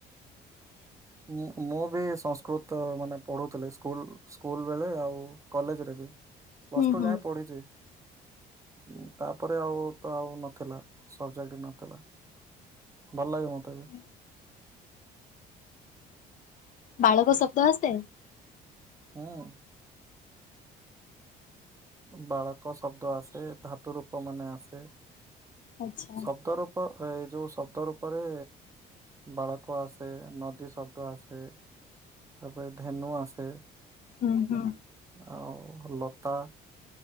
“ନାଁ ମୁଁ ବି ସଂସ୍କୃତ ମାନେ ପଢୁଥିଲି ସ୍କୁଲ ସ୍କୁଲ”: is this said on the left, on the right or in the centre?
Right